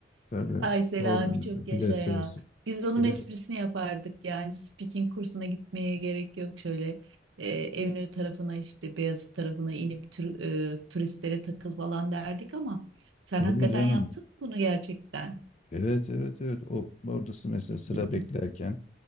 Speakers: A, on the left; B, on the right.
A: tabii
B: Ay Selami
A: orada mesela
B: çok yaşa
A: bilet
B: ya.
A: sırası
B: Biz onun
A: bile.
B: esprisini yapardık yani speaking kursuna gitmeye gerek yok şöyle e, Eminönü tarafına işte Beyazıt tarafına inip tur- e, turistlere takıl falan derdik ama sen
A: Tabii
B: hakikaten
A: canım.
B: yaptın mı bunu gerçekten.
A: Evet evet evet. O oradası mesela sıra
B: <laughs>
A: beklerken